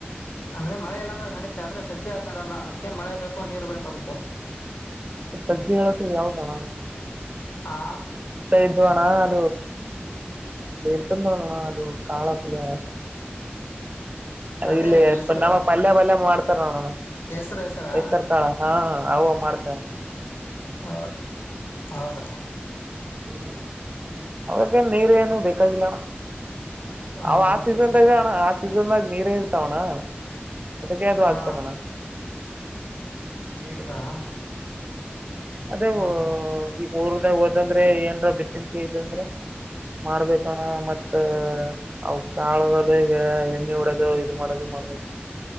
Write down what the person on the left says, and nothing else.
ಅಂದ್ರೆ ಮಳೆ ಇಲ್ಲಾಂದ್ರೆ ನಡಿತೆ ಆದ್ರೆಜ್ಜ ಆಯತಾರಲ್ಲ ಅದ್ಕ್ಕೆ ಮಳೆ ಬೇಕು ನೀರ್ ಬೇಕು ಅದುಕೂ
ಆ
ಅದೇ
ಹೆಸರು
ಹೆಸರು ಹೆಸರಾ
ಹ ಹೌದ
ಹ
ಹಾ
ಹಾ
ಹೌದಾ
ಹ ಹಾ